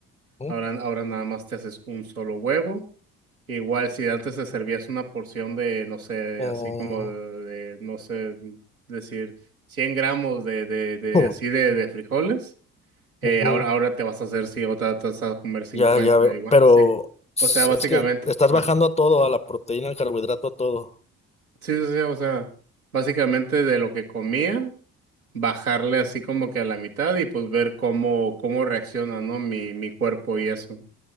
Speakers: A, on the left; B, on the right.
A: ¿Mm?
B: ahora, ahora nada más te haces un solo huevo. Igual si antes te servías una porción de, no sé,
A: Oh,
B: así como de, de, no sé, decir 100 gramos de, de, de
A: oh,
B: así de, de frijoles, eh,
A: <laughs> ujú.
B: ahora, ahora te vas a hacer, sí, otra te vas a comer 50
A: Ya, ya veo.
B: igual,
A: Pero
B: sí.
A: s-
B: O sea, básicamente,
A: es que le estás
B: ah,
A: bajando a todo, a la proteína, al carbohidrato, a todo.
B: sí, sí, sí, o sea, básicamente de lo que comía, bajarle así como que a la mitad y pues ver cómo, cómo reacciona, ¿no? Mi, mi cuerpo y eso.